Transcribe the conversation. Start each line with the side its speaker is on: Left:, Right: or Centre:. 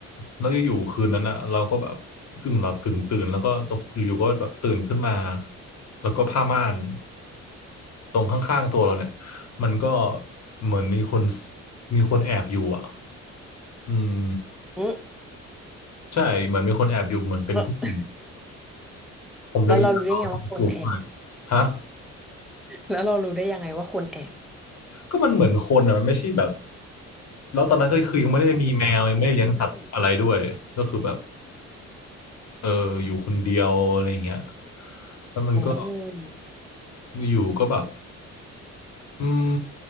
Left: แล้วอยู่ๆคืนนั้นอ่ะเราก็แบบกึ่งหลับกึ่งตื่นแล้วก็ตกอยู่ๆก็แบบตื่นขึ้นมาแล้วก็ผ้าม่านตรงข้างๆตัวเราเนี่ยมันก็เหมือนมีคนมีคนแอบอยู่อ่ะอืม
Centre: อืม
Left: ใช่เหมือนมีคนแอบอยู่เหมือนเป็นผู้หญิง
Centre: อืม
Left: ผมยาวๆสูงหน่อย
Centre: แล้วเรารู้ได้ไงว่าคนแอบ
Left: ฮะ
Centre: แล้วเรารู้ได้ยังไงว่าคนแอบ
Left: ก็มันเหมือนคนอ่ะมันไม่ใช่แบบแล้วตอนนั้นก็คือยังไม่ได้มีแมวยังไม่ได้เลี้ยงสัตว์อะไรด้วยก็คือแบบ
Centre: ค่ะอืมนั่น
Left: เอออยู่คนเดียวอะไรอย่างเงี้ยแล้วมันก็
Centre: โอ้ย
Left: อยู่ก็แบบอืม